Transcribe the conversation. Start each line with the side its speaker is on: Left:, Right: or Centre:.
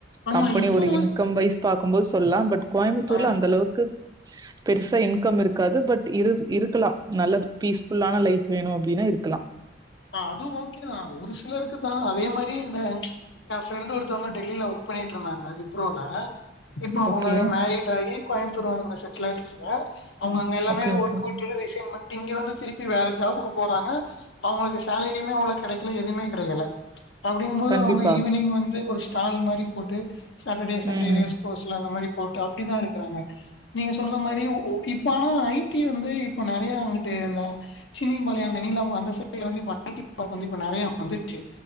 Left: ஆமா
Right: கம்பனி
Left: இப்போ
Right: ஒரு இன்கம் வைஸ் பாக்கும்போது சொல்லா பட் கோயம்புத்தூர்ல
Left: ஆ
Right: அந்த அளவுக்கு பெருசா இன்கம் இருக்காது பட் இருத் இருக்கலா நல்ல பீஸ்ஃபுல்லான லைஃப் வேணு அப்டின்னா இருக்கலா
Left: ஆ அது ஓகே தாஒரு சிலருக்குதா அதே மாரி இந்த எஏ ஃப்ரெண்ட்டு ஒருத்தவுங்க டெல்லில ஒர்க் பண்ணிட்ருந்தாங்க விப்ரோல இப்போ அவுங்க
Right: ஓகே
Left: மேரிட் ஆயி கோயம்புத்தூர்ல அவுங்க செட்டில் ஆயிடுச்சுங்க அவங்க அங்க எல்லாமே
Right: ஓகே ஓகே
Left: ஒர்க் விட்டு ரிசைன் பண்ட்டு இங்க வந்து திருப்பி வேற ஜாபுக்கு போறாங்க அவுங்களுக்கு சேலரியுமே அவ்ளோ கெடைக்கல எதுவுமே கிடைக்கல்ல அப்புடிங்கம் போது
Right: கண்டிப்பா
Left: அவுங்க ஈவினிங் வந்து ஒரு ஷா சால் மாதிரி போட்டு சாட்டர்டே சண்டே
Right: ம்.
Left: ரேஸ் கோர்ஸ்ல அந்த மாரி போட்டு அப்டிதா இருக்குறாங்க நீங்க சொல்ற மாரி ஓகே இப்ப ஆனா ஐ டி வந்து இப்ப நறைய அங்குட்டு தா சின்னிபாளையம் அந்த நீலா பா அந்த சை <inaudible> வந்து இப்ப நறைய வந்துச்சு